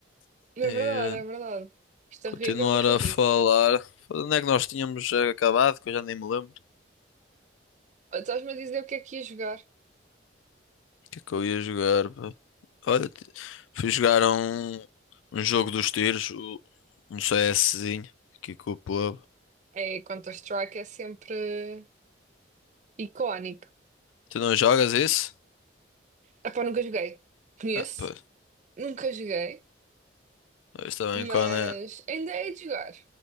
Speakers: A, on the right; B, on the left.
A: É
B: E
A: verdade,
B: eh,
A: é verdade. Esta
B: continuar
A: rede é uma chatice.
B: a falar. Foda, Onde é que nós tínhamos eh, acabado? Que eu já nem me lembro.
A: Olha, Estás-me a dizer o que é que ia jogar?
B: O que é que eu ia jogar, pá? Olha, ti- fui jogar um, um jogo dos tiros, o- um CSzinho, aqui com o povo.
A: É, Counter-Strike é sempre icónico.
B: Tu não jogas isso?
A: Ah pá, nunca joguei. Conheço,
B: Ah, pô,
A: nunca joguei,
B: isto também
A: mas
B: quando é.
A: ainda é de jogar.